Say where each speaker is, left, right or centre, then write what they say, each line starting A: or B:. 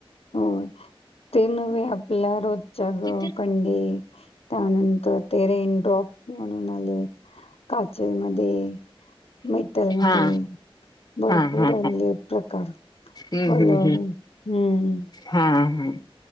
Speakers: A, on the left; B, on the left.
A: हो, ते नव्हे आपल्या रोज त्या ग,
B: किती
A: कंडे त्यानंतर ते रेनड्रॉप म्हणून आले काचे मदे मितल मध्ये
B: हा
A: भरपूर
B: हा हा
A: हल्ले
B: हा
A: प्रकार
B: हम्म
A: हल
B: हम्म
A: हम्म
B: हा हा हा